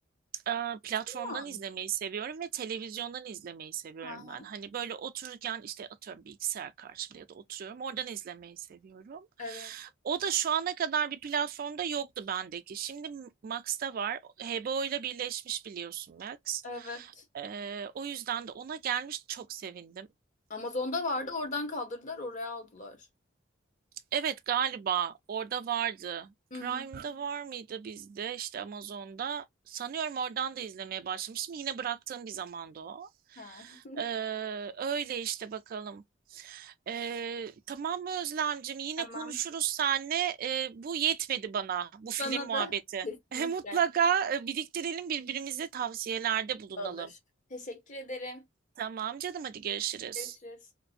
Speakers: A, on the right (about 50°); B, on the left (about 40°).
A: e, platformdan
B: Tamam.
A: izlemeyi seviyorum ve televizyondan izlemeyi seviyorum
B: Aha.
A: ben. Hani böyle otururken işte atıyorum bilgisayar karşımda ya da oturuyorum oradan izlemeyi seviyorum.
B: Evet.
A: O da şu ana kadar bir platformda yoktu bendeki. Şimdi Max'ta var. HBO ile birleşmiş biliyorsun Max.
B: Evet.
A: E, o yüzden de ona gelmiş çok sevindim.
B: Amazon'da vardı. Oradan kaldırdılar. Oraya aldılar.
A: Evet galiba orada vardı.
B: Hı
A: Prime'da
B: hı.
A: var mıydı bizde işte Amazon'da? Sanıyorum oradan da izlemeye başlamıştım. Yine bıraktığım bir zamanda o.
B: Ha. <laughs>
A: Ee, öyle işte bakalım. Ee, tamam mı Özlemcim? Yine
B: Tamam.
A: konuşuruz seninle. Ee, bu yetmedi bana bu film
B: Bana
A: muhabbeti.
B: da kesinlikle
A: <laughs> Mutlaka e, biriktirelim birbirimize tavsiyelerde bulunalım.
B: alır. Teşekkür ederim.
A: Tamam canım hadi görüşürüz.
B: Görüşürüz.